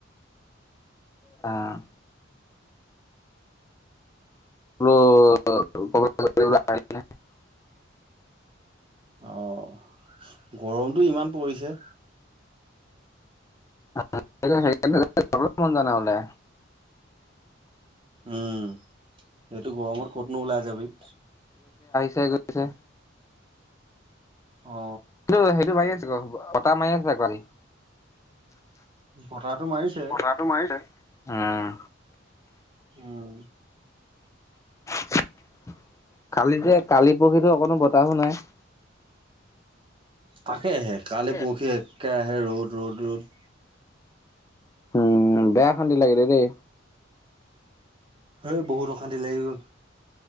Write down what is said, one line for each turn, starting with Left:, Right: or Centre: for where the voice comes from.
Left: অ'। আৰু <unintelligible>
Right: অ' গৰমটো ইমান পৰিছে।
Left: সেইকাৰণে <unintelligible> যায় নহ'লে।
Right: উম, এইটো গৰমত ক'তনো ওলাই যাবি।
Left: চে গৈছে।
Right: অ
Left: টো সেইটো ভাগি আছে গ- বতাহ মাৰি আছে আজি
Right: বতাহটো মাৰিছে।
Left: বতাহটো মাৰিছে। উম।
Right: উম
Left: <inaudible> কালিতে কালি পৰখিতো অকণো বতাহো নাই?
Right: তাকে আহে কালি
Left: তাকে।
Right: পৰহি একে আহে ৰ'দ- ৰ'দ- -ৰ'দ
Left: উম, বেয়া অশান্তি লাগিলে দেই।
Right: হেই বহুত অশান্তি লাগি গ'ল।